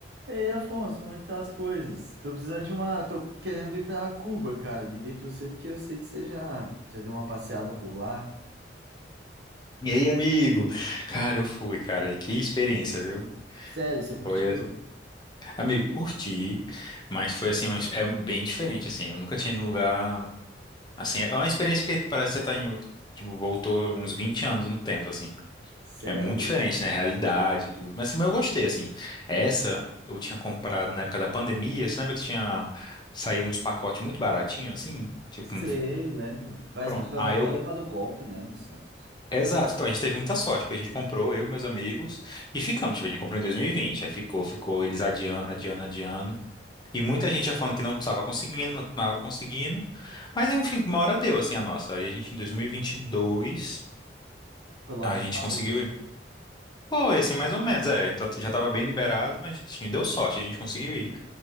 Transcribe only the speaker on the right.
Ei, Afonso, como é que tá as coisas? Tô precisando de uma. Tô querendo ir pra Cuba, cara. Liguei pra você porque eu sei que você já, já deu uma passeada por lá.
Sério, você curtiu?
Sério?
Sei,
lembro. Várias
pessoas
até
levaram golpe, né, nesse negócio.
Foi logo
que acabou.
hein?